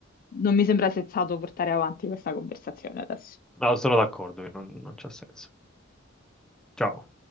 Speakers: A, on the left; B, in the centre.
A: Non mi sembra sensato portare avanti questa conversazione adesso.
B: No, sono d'accordo che non, non c'ha senso. Ciao.